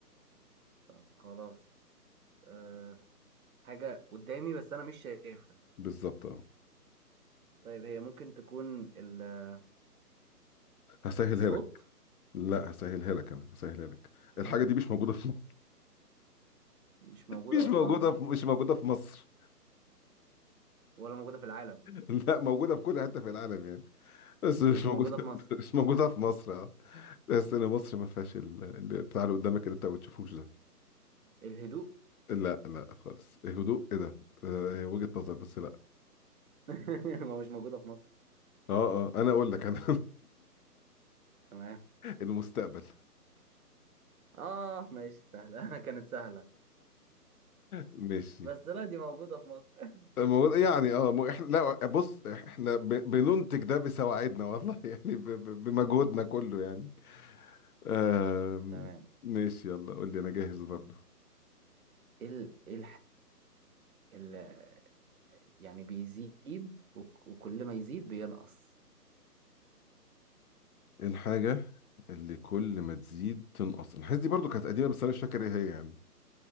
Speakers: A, on the right; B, on the left.
A: طب خلاص آه... حاجة قدامي بس انا مش شايفها
B: بالظبط اه
A: طيب هي ممكن تكون ال-
B: هسهلها
A: الصوت
B: لك لا هسهلها لك انا هسهلها لك
A: آه...
B: الحاجه دي مش موجوده في <laughs> مصر
A: مش موجودة
B: مش
A: اصلا
B: موجوده في مش موجوده في مصر
A: ولا موجودة في العالم
B: <laughs> لا موجودة في كل حتة في العالم يعني بس
A: بس
B: مش
A: مش
B: موجودة
A: موجودة في مصر
B: <laughs> مش موجودة في مصر اه تحس ان مصر ما فيهاش ال- اللي بتاع اللي قدامك اللي انت ما بتشوفوش ده
A: الهدوء
B: لا لا خالص إيه هدوء ايه ده آه، هي وجهة نظر بس لا
A: <laughs> ما مش موجودة في مصر
B: اه اه انا اقول لك انا
A: تمام
B: <laughs> المستقبل
A: اه ماشي سهلة <laughs> كانت سهلة
B: ماشي
A: بس لا دي موجودة في مصر <laughs>
B: الموضوع- يعني اه مو- احنا لا بص احنا ب- بننتج ده بسواعدنا والله <laughs> يعني ب- ب- بمجهودنا كله يعني آم،
A: تمام
B: ماشي يلا قول لي انا جاهز برضو
A: ايه ال- ايه الحاجة يعني بيزيد وك- وكل ما يزيد بينقص
B: إيه الحاجة اللي كل ما تزيد تنقص الحاجات دي برضو كانت قديمة بس انا مش فاكر ايه هي يعني